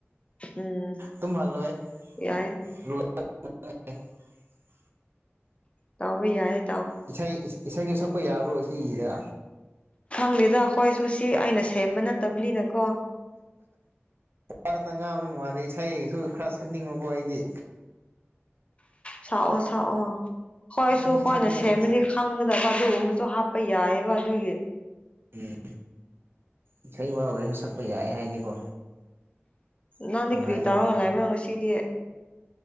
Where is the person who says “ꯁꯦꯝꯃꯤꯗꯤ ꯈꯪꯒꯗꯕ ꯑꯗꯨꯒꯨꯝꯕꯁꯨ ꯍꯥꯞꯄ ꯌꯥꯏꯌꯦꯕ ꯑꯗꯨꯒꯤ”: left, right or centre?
Left